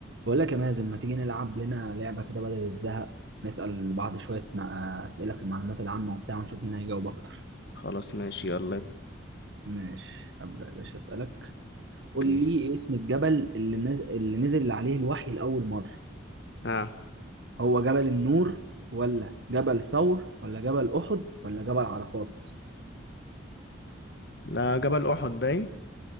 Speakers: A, on the right; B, on the left.
A: بقول لك يا مازن ما تيجي نلعب لنا لعبة كده بدل الزهق نسأل بعض شوية مع- أسئلة في المعلومات العامة وبتاع ونشوف مين هيجاوب أكتر
B: خلاص ماشي يلا
A: ماشي هبدأ يا باشا أسألك
B: اوكي
A: قول لي إيه اسم الجبل اللي نزل اللي نزل عليه الوحي لأول مرة
B: اه
A: هو جبل النور ولا جبل ثور ولا جبل أحد ولا جبل عرفات
B: لا جبل احد باين